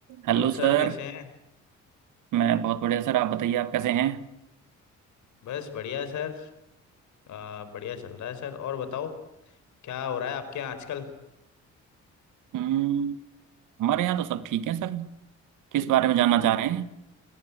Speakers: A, on the right; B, on the left.
A: Hello
B: Hello sir
A: sir
B: कैसे हैं
A: मैं बहुत बढ़िया सर आप बताइए आप कैसे हैं
B: बस बढ़िया सर आ, बढ़िया चल रहा है सर और बताओ क्या हो रहा है आपके यहाँ आजकल
A: हम्म, हमारे यहाँ तो सब ठीक है सर किस बारे में जानना
B: बढ़िया
A: चाह रहे
B: है
A: हैं